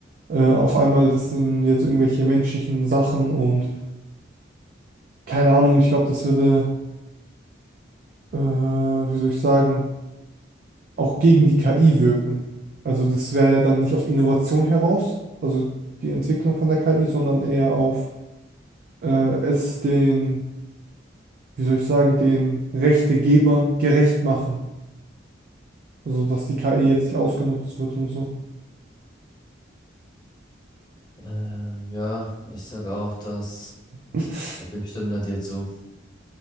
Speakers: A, on the right; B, on the left.
A: äh, auf einmal, das sind jetzt irgendwelche menschlichen Sachen und keine Ahnung, ich glaube, das würde, äh, wie soll ich sagen, auch gegen die KI wirken. Also das wäre ja dann nicht auf Innovation heraus, also die Entwicklung von der KI, sondern eher auf äh, es den, wie soll ich sagen, den Rechtegebern gerecht machen. Also dass die KI jetzt nicht ausgenutzt wird und so.
B: Ähm, ja, ich sage auch das.
A: <laughs>
B: Also ich stimme da dir zu.